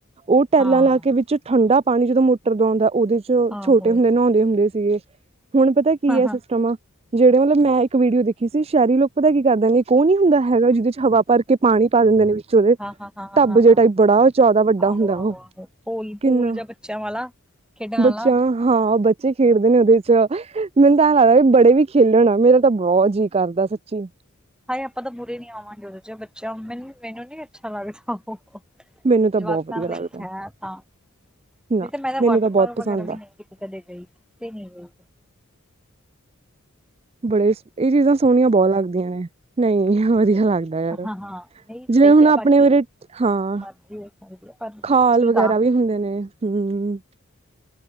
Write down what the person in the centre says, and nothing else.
ਹਾਂ
ਆਹੋ
ਹਾਂ-ਹਾਂ,
ਹਾਂ।
ਹਾਂ-ਹਾਂ-ਹਾਂ-ਹਾਂ-ਹਾਂ-ਹਾਂ,
ਆਹੋ-ਆਹੋ-ਆਹੋ,
ਪੂਲ-ਪੂਲ
ਜਾਂ ਬੱਚਿਆਂ ਵਾਲਾ। ਖੇਡਣ ਆਲਾ।
ਹਾਏ ਆਪਾਂ ਤਾਂ ਪੂਰੇ ਨੀ ਆਵਾਂਗੇ ਉਹਦੇ 'ਚ ਬੱਚਿਆਂ ਮੈਨ ਮੈਨੂੰ ਨੀ ਅੱਛਾ ਲੱਗਦਾ ਉਹ।
ਜਵਾਕਾਂ
ਲਈ
ਹੈ ਤਾਂ ਨਹੀਂ
ਤੇ ਮੈਂ ਤਾਂ
ਵਾਟਰਪਾਲ
ਵਗੈਰਾ
ਵੀ
ਨਹੀਂ ਕਿਤੇ ਕਦੇ ਗਈਤੇ ਨਹੀਂ ਗਈ।
ਹਾਂ-ਹਾਂ, ਨਹੀਂ
ਸਹੀ
ਆ
ਬਾਕੀ।
ਮਰਜ਼ੀ ਹੋ ਸਕਦੀ ਆ ਪਰ
ਠੀਕ
ਆ,